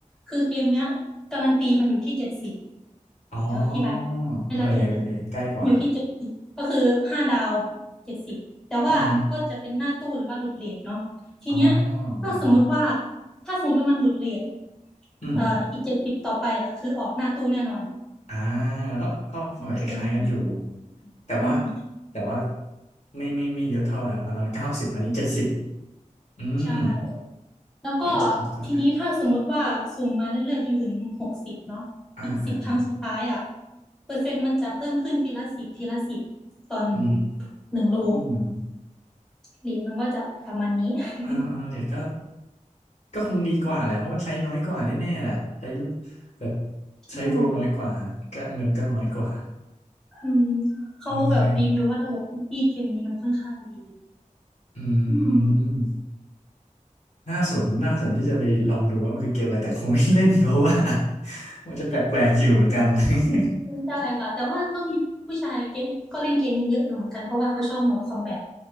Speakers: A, in the centre; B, on the left (about 60°).
A: คือเกมเนี้ยการันตีมันอยู่ที่เจ็ดสิบ
B: อ๋อ
A: แลีวอธิบาย
B: โอเคโอเคใกล้กว่า
A: ไม่ละเอียดเลยอยู่ที่เจ็ดสิบก็คือห้าดาวเจ็ดสิบแต่ว่าก็จะเป็นหน้าตู้หรือว่าหลุดเรทเนาะทีเนี้ย
B: อือฮึอ๋อ
A: ถ้าสมมติว่า
B: อ่าฮะ
A: ถ้าสมมติว่ามันหลุดเรท
B: อืม
A: เอ่ออีกเจ็ดสิบต่อไปอ่ะคือออกหน้าตู้แน่นอน
B: อ่าก็ก็ฟอร์แมตคล้ายๆกันอยู่
A: จะเป็นแบบนี้
B: แต่ว่า
A: อืม
B: แต่ว่าไม่ไม่ไม่เยอะเท่านั้นอันนั้นเก้าสิบอันนี้เจ็ดสิบอืม
A: ใช่แล้วก็
B: ก็อาจจะดีกว่า
A: ทีนี้ถ้าสมมติว่าสุ่มมาเรื่อยๆจนถึงหกสิบเนาะอีกสิบครั้งสุดท้ายอ่ะ
B: อ่าอ่าอ่า
A: เปอร์เซ็นต์มันจะเพิ่มขึ้นทีละสิบทีละสิบต่อหนึ่ง
B: อื
A: หนึ่งโล
B: ม
A: เรทมันก็จะประมาณนี้ <laughs>
B: อ่าอ่าเรทก็ ก็คงมีกว่าแหละเพราะมันใช้น้อยกว่าแน่ๆแหละใช้ลูกแบบใช้โบรน้อยกว่าก็เงินก็น้อยกว่า
A: ใช่อืมเขาแบบรีวิวว่าระบบพิตี้เกมนี้มันค่อนข้างดี
B: โอเคอื
A: อืม
B: มน่าสนน่าสนที่จะไปลองดูว่ามันคือเกมอะไรแต่คงไม่เล่นเพราะว่า <laughs> ว่าจะแปลกๆอยู่เหมือนกัน <laughs>
A: ใช่ค่ะ แต่ว่าก็มีผู้ชายเกมก็เล่นเกมนี้เยอะอยู่เหมือนกันเพราะว่าเขาชอบโหมดคอมแบท